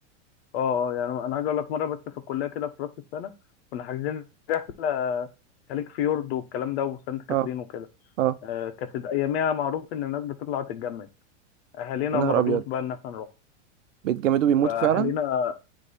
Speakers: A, on the left; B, on the right.
A: اه اه يعني انا عايز اقول لك مره بس في الكليه كده في راس السنه كنا حاجزين رحله خليج فيورد والكلام ده وسانت كاترين
B: اه
A: وكده
B: اه
A: آه كانت اياميها معروف ان الناس بتطلع تتجمد اهالينا
B: يا نهار
A: ما رضوش
B: ابيض
A: بقى ان احنا نروح
B: بيتجمدوا بيموتوا
A: فاهالينا
B: فعلا
A: اه